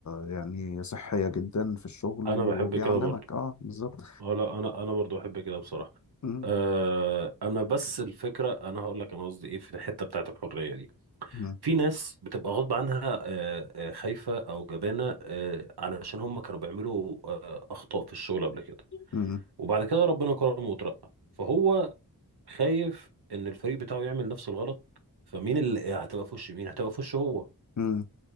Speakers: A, on the left; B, on the right.
A: يعني صحية جدا في الشغل
B: انا
A: وبيعلمك
B: بحب كده برضو
A: اه بالظبط
B: اه لا انا انا برضو بحب كده بصراحه
A: مم،
B: أه انا بس الفكره انا هقول لك انا قصدي ايه في الحته بتاعت الحريه دي
A: مم،
B: في ناس بتبقى غصب عنها آه، آه، خايفة أو جبانة آه، علشان هم كانوا بيعملوا آه، أخطاء في الشغل قبل كده
A: مم،
B: وبعد كده ربنا كرمه وترقى فهو خايف إن الفريق بتاعه يعمل نفس الغلط فمين اللي هتبقى في وش مين هتبقى في وش هو
A: مم،